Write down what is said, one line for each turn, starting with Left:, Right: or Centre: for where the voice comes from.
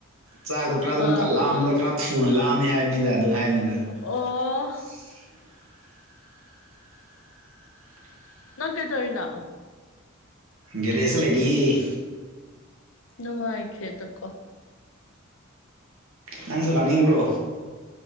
Right: ꯆꯥꯛꯗꯣ ꯈꯔ ꯑꯗꯨꯝ
Left: ꯑꯥ
Right: ꯀꯠ ꯂꯝꯕꯗꯣ ꯈꯔ ꯊꯨꯅ ꯂꯥꯑꯝꯃꯦ ꯍꯥꯏꯕꯅꯤꯗ ꯑꯗꯨ ꯍꯥꯏꯕꯅꯤꯗ
Left: ꯑꯣ
Right: <inaudible>
Left: ꯅꯪ ꯀꯩ ꯇꯔꯤꯅꯣ
Right: ꯒꯦꯗꯦꯁ ꯂꯩꯔꯤ
Left: ꯅꯨꯉꯥꯏꯈ꯭ꯔꯦꯗꯀꯣ
Right: ꯅꯪꯁꯨ ꯂꯥꯡꯅꯤꯡꯕ꯭ꯔꯣ